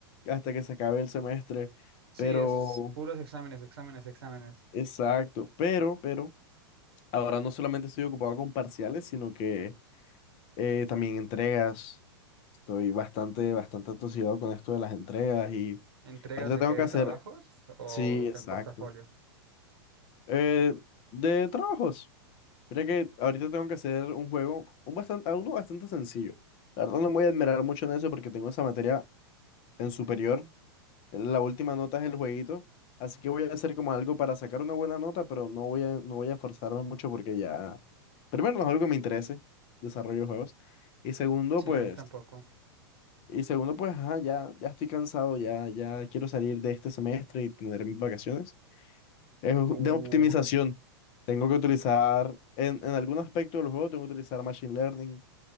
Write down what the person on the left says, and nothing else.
hasta que se acabe el semestre,
pero,
exacto, pero, pero, ahora no solamente estoy ocupado con parciales, sino que eh, también entregas. Estoy bastante, bastante atosigado con esto de las entregas y
ahorita
tengo
que hacer
Sí, exacto.
Eh, de trabajos. Mira que ahorita tengo que hacer un juego, un bastante, uno bastante sencillo. La verdad no me voy a admirar mucho en eso porque tengo esa materia en superior. Eh, La última nota es el jueguito. Así que voy a hacer como algo para sacar una buena nota, pero no voy a, no voy a esforzarme mucho porque ya. Primero, no es algo que me interese, desarrollo de juegos. Y segundo,
pues.
Y segundo, pues, ajá, ya, ya estoy cansado, ya, ya quiero salir de este semestre y tener mis vacaciones. Es
de optimización. Tengo que utilizar, en, en algún aspecto del juego, tengo que utilizar machine learning